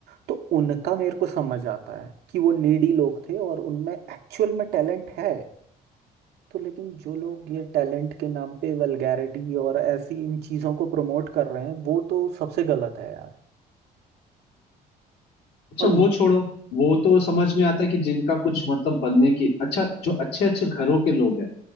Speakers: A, on the right; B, on the left.
A: तो उनका मेरे को समझ आता है कि वो नीडी लोग थे और उनमें एक्चुअल में टैलेंट है तो लेकिन जो लोग ये टैलेंट के नाम पे वल्गैरिटी और ऐसी इन चीज़ों को प्रमोट कर रहे हैं वो तो सबसे गलत है यार
B: अच्छा
A: और
B: वो छोड़ो वो तो समझ में आता है कि जिनका कुछ मतलब बनने की अच्छा जो अच्छे अच्छे घरों के लोग हैं